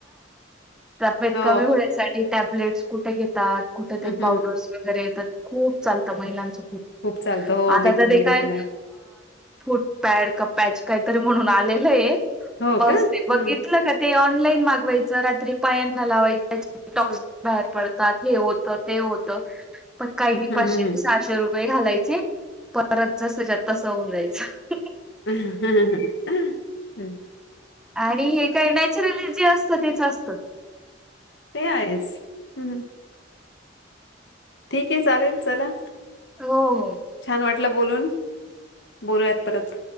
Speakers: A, in the centre; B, on the left (about 65°).
A: तब्यत
B: हो
A: कमी होण्यासाठी टॅबलेट्स कुठे घेतात कुठेत
B: हम्म
A: पावडर्स
B: हम्म
A: वगैरे येतात खूप चाल महिलांच खूप
B: चालतं हो
A: आता
B: मी
A: तर
B: पण
A: ते
B: बघितलंय.
A: काय प्याड का प्याच काहीतरी म्हणून आलेल
B: हो
A: बस
B: का
A: बघितलं
B: हम्म
A: का ऑनलाईन मागवायच रात्री पायान लावायच त्या टॉक्सिक
B: हा.
A: बाहेर पडत हे होत ते होत पण काही
B: हम्म
A: पाचशे
B: हम्म
A: ते सहाशे रुपये वे घालायचे परत जसच्यात तस होऊन जायचं
B: हम
A: आणि हे काय नॅचरली जे असतं तेच असत
B: ते आहेच हम् ठीक आहे चालेल चला
A: हो हो
B: छान बोलून बोलूयात परत